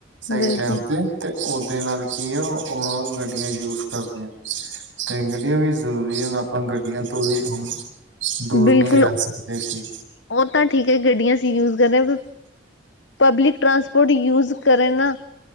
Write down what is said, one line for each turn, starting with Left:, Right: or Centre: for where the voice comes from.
Right: ਸਹੀ
Left: ਬਿਲਕੁਲ
Right: ਟਾਈਮ ਤੇ। ਅਤੇ ਉਹਦੇ ਨਾਲ ਕੀ ਆ, ਉਹ ਗੱਡੀਆਂ ਯੂਜ ਕਰਦੇ ਨੇ। ਤੇ ਗੜੀਆਂ ਵੀ ਜ਼ਰੂਰੀਆਂ ਨ, ਆਪਾਂ ਗਡ ਗਡੀਆਂ ਤੋਂ ਵੀ ਹੁਣ, ਦੂਰ
Left: ਬਿਲਕੁਲ
Right: ਨਹੀਂ ਰਹਿ ਸਕਦੇ, ਕਿ
Left: ਉਹ ਤਾਂ ਠੀਕ ਹੈ, ਗੱਡੀਆਂ ਅਸੀਂ ਯੂਜ ਕਰਦੇ ਆ ਪਰ ਪਬਲੀਕ ਟ੍ਰਾਂਸਪੋਰਟ ਯੂਜ ਕਰੇ ਨਾ